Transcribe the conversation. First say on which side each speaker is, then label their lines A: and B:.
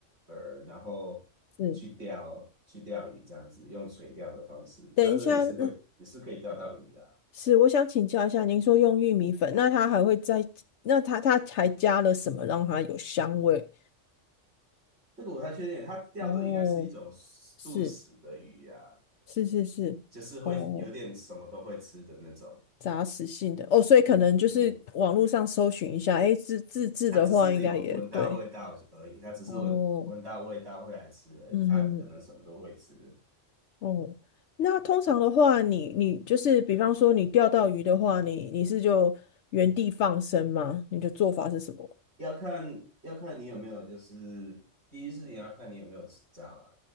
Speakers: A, on the right (about 60°); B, on the left (about 70°).
A: 饵，然后去钓去钓鱼这样子，
B: 是，
A: 用垂钓的方式，
B: 等一下，
A: 那那也是会也是可以钓到鱼啦。
B: 那是，我想请教一下，您说用玉米粉，那它还会再，那它它还加了什么让它有香味？
A: 这个我不太确定，它钓的应该是一种素食的鱼呀，
B: 哦，是是是是，
A: 就是会有点什么都会吃的那种。
B: 哦，杂食性的，哦，所以可能就是网络上搜寻一下，
A: 嗯嗯嗯，
B: 诶，自自制的话应该也对，
A: 它只是有闻到味道而已，它只是闻闻到味道会来吃而已，
B: 哦，嗯哼哼，
A: 它可能什么都会吃。
B: 哦，那通常的话你，你就是比方说你钓到鱼的话，你你是就原地放生吗？你的做法是什么？
A: 要看要看你有没有，就是第一是你要看你有没有执照啊，